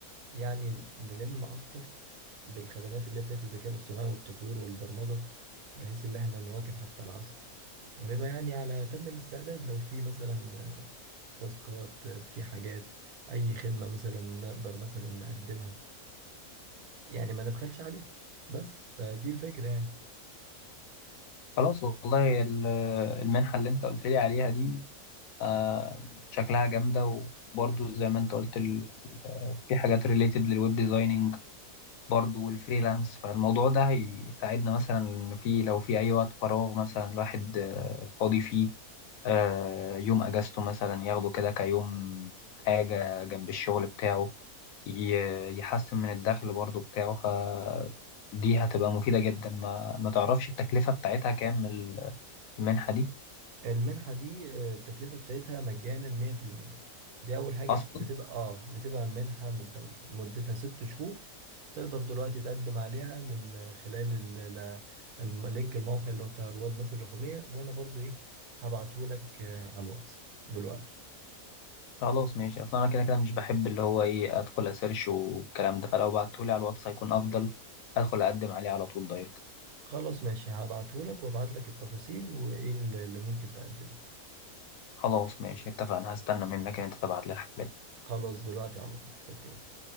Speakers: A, on the right (about 80°); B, on the left (about 70°).
A: يعني نلم اكتر بالخدمات اللي هي بتاعت الذكاء الاصطناعي والتطوير والبرمجة بحيث ان احنا نواكب حتى العصر ونبقى يعني على أتم الاستعداد لو في مثلا تاسكات في حاجات اي خدمة مثلا نقدر مثلا نقدمها يعني ما نبخلش عليها بس فدي الفكرة يعني
B: خلاص والله ال- المنحة اللي أنت قلت لي عليها دي آه، شكلها جامدة وبرضو زي ما انت قلت ال... في حاجات ريليتد للويب ديزايننج برضو والفريلانس فالموضوع ده هيساعدنا مثلا إن في لو في أي وقت فراغ مثلا الواحد آه، فاضي فيه آه، يوم أجازته مثلا ياخده كده كيوم حاجة جنب الشغل بتاعه ي- يحسن من الدخل برضو بتاعه فدي هتبقى مفيدة جدا ما, ما تعرفش التكلفة بتاعتها كام ال- المنحة دي
A: المنحة دي آه، التكلفة بتاعتها مجانا 100% دي اول حاجة
B: أصلا
A: عشان بتبقى اه بتبقى منحة من الدولة مدتها ست شهور تقدر دلوقتي تقدم عليها من آه، خلال ال- ال- الم- لينك الموقع اللي هو بتاع رواد مصر الرقمية وانا برضو ايه هبعتهولك آه، على الواتس دلوقتي
B: خلاص ماشي اصلا انا كده كده مش بحب اللي هو ايه ادخل اسيرش والكلام ده فلو بعتهولي على الواتس هيكون افضل ادخل اقدم عليه على طول دايركت
A: خلاص ماشي هبعتهولك وابعتلك التفاصيل وايه اللي اللي ممكن تقدمه
B: خلاص ماشي اتفقنا هستنى منك ان انت تبعت لي الحاجات دي
A: خلاص دلوقتي على طول اوكي